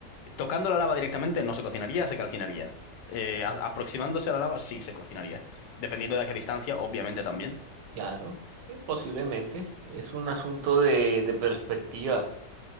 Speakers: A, on the left (about 85°); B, on the right (about 80°).
A: Tocando la lava directamente no se cocinaría, se calcinaría. Eh, a- aproximándose a la lava sí se cocinaría, dependiendo de a qué distancia, obviamente también.
B: claro, sí, posiblemente. Es un asunto de, de perspectiva.